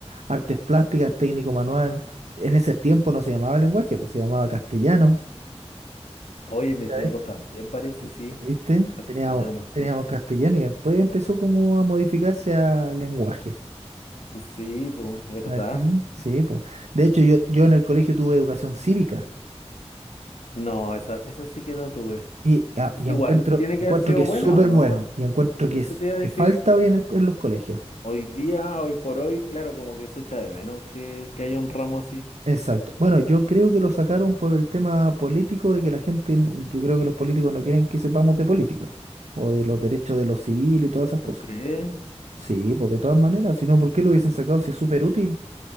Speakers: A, on the right; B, on the left.
A: artes plásticas, técnico manual. En ese tiempo no se llamaba lenguaje, pues se llamaba castellano,
B: Oye, mis
A: ¿cachai?
B: tiempos también parece, sí.
A: ¿Viste?
B: Castellano,
A: Teníamos,
B: sí.
A: teníamos castellano y después empezó como a modificarse a lenguaje.
B: Sí, pues, ¿verdad?
A: ¿cachai? Sí, pues. De hecho, yo, yo en el colegio tuve educación cívica
B: No, esa, esa sí que no tuve.
A: y, a- y
B: Igual
A: encuentro,
B: tiene
A: encuentro
B: que haber sido
A: que es
B: buena
A: súper
B: o no.
A: bueno y encuentro que,
B: Eso
A: es,
B: te iba a
A: que
B: decir.
A: falta hoy en, el- en los colegios.
B: Hoy día, hoy por hoy, claro, como que se echa de menos que, que haya un ramo así.
A: Exacto. Bueno, yo creo que lo sacaron por el tema político de que la gente, n- yo creo que los políticos no quieren que sepamos de política o de los derechos de los civiles y todas esas
B: ¿Tú
A: cosas.
B: crees?
A: Sí, pues de todas maneras, si no, ¿por qué lo hubiesen sacado si es súper útil?